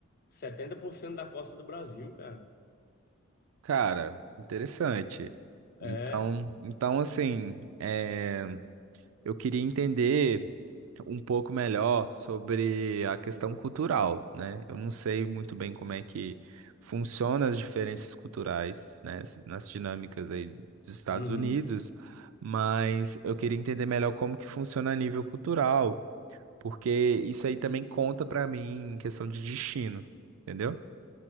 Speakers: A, on the left; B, on the right.
A: 70% da costa do Brasil, cara.
B: cara, interessante. Então,
A: É.
B: então assim, é, eu queria entender. um pouco melhor sobre a questão cultural, né? Eu não sei muito bem como é que funciona as diferenças culturais, né, s- nas dinâmicas aí dos Estados
A: Uhum.
B: Unidos, mas eu queria entender melhor como que funciona a nível cultural, porque isso aí também conta para mim em questão de destino, entendeu?